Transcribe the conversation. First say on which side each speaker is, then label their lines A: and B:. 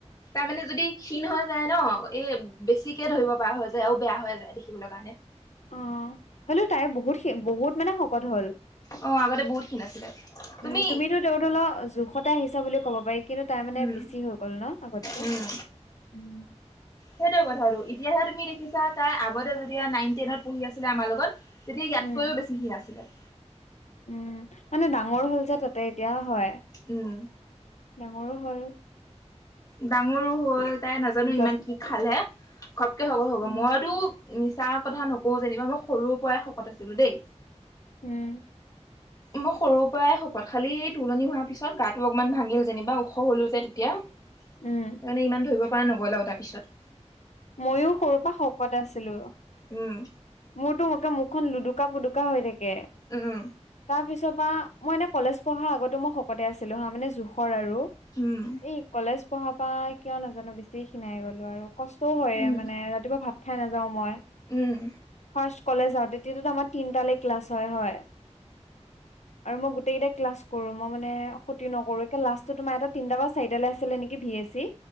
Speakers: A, on the left; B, on the left.
A: তামানে যদি ক্ষীণ হৈ যায় ন? এ বেছিকে ধৰিব পৰা হৈ যায় আৰু বেয়া হৈ যায় দেখিবলৈ কাৰণে।
B: অ', হ'লেও তাই বহুত বহুত মানে শকত হ'ল।
A: অ আগতে বহুত ক্ষীণ আছিলে
B: উম,
A: তুমি
B: তুমিতো তেওঁ ধ--ল জোখতে আহিছ বুলি ক'ব পাৰি কিন্তু তাই মানে
A: উম
B: বেছি হৈ গ'ল ন' আগতকে?
A: উম
B: <inaudible>
A: সেইটোৱে কথাটো, এতিয়াহে তুমি দেখিছা। তাই আগতে যেতিয়া নাইন টেনত পঢ়ি আছিলে আমাৰ লগত। তেতিয়া ইয়াতকৈও
B: উম
A: বেছি ক্ষীণ আছিলে।
B: উম', মানে ডাঙৰ হ'ল যে তাতে এতিয়া হয়।
A: উম।
B: ডাঙৰো হ'ল।
A: ডাঙৰো হ'ল তাই, নাজানো ইমান
B: যত
A: কি খালে। ঘপকে শকত
B: উম
A: হ। মইতো মিছা কথা নকওঁ যেনিবা। মই সৰুৰ পৰাই শকত আছিলো দেই।
B: উম।
A: মই সৰু পৰাই শকত খালি তোলনি হোৱা পিছত গাটো অকমান ভাঙিল যেনিবা, ওখ হ'লো তেতিয়া। তা
B: উম
A: মানে ইমান ধৰিব পৰা নগ' ল আ‌ৱ তাপিছত।
B: ময়ো সৰু পা শকত আছিলো।
A: উম
B: মোৰতো মুকে মুখখন লুডুকা পুডুকা হৈ থাকে।
A: উ উ,
B: তাৰ পিছৰ পৰা মই এনে কলেজ পঢ়া আগত মই শকতে আছিলো হা মানে জোখৰ আৰু
A: উম।
B: এই কলেজ পঢ়াৰ পৰা কিয় নাজানো বেছি খিনাই গলো আৰু কষ্টও হয়ে
A: উম
B: মানে ৰাতিপুৱা ভাত ভাত খাই নাযাও মই
A: উম
B: ফাষ্ট কলেজত তেতিয়া টো আমাৰ তিনটালেকে ক্লাছ হয় হয়।
A: <inaudible>
B: আৰু মই গোটেইকেইটা ক্লাছ কৰো মই মানে ক্ষতি নকৰো এ লাষ্টটো তোমাৰ এটা তিনিটা বা চাৰিটালৈ আছিলে নেকি ভি এছি।